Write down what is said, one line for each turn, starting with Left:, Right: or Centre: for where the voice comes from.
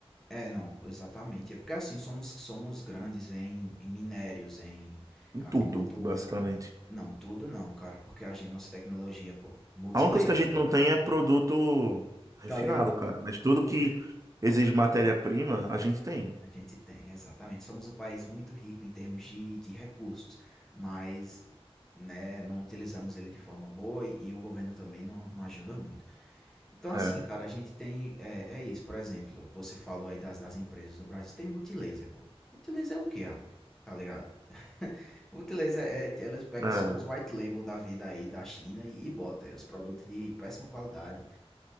Centre: É, não, exatamente. É porque assim, somos, somos grandes em, em minérios, em
Right: Em
Centre: agricultura.
Right: tudo, basicamente.
Centre: Não, tudo não, cara. Porque a gente, nossa tecnologia, pô, multilaser.
Right: A única coisa que a gente não tem é produto refinado,
Centre: Tá ligado?
Right: cara. Mas tudo
Centre: Mu-
Right: que exige matéria-prima, a gente tem.
Centre: A gente tem, exatamente. Somos um país muito rico em termos de, de recursos, mas né, não utilizamos ele de forma boa e, e o governo também não, não ajuda muito. Então, assim,
Right: É,
Centre: cara, a gente tem. É, é isso, por exemplo, o que você falou aí das, das empresas do Brasil. Tem multilaser, pô. Multilaser é o quê, rapaz? Tá ligado? <laughs> Multilaser é. é, Elas pegam
Right: é,
Centre: só os white label da vida aí da China e, e bota é, os produtos de péssima qualidade.